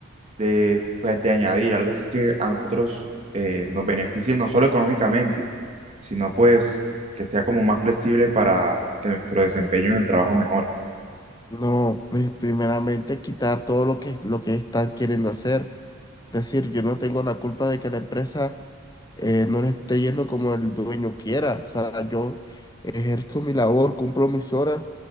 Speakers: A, on the right (about 30°); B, on the left (about 20°).
A: de, pues, de añadir, algo así que a nosotros eh, nos beneficie no solo económicamente, sino pues que sea como más flexible para que nuestro desempeño en el trabajo mejore.
B: No, pues primeramente quitar todo lo que, lo que están queriendo hacer. Es decir, yo no tengo la culpa de que la empresa eh, no le esté yendo como el dueño quiera. O sea, yo ejerzo mi labor, cumplo mis horas.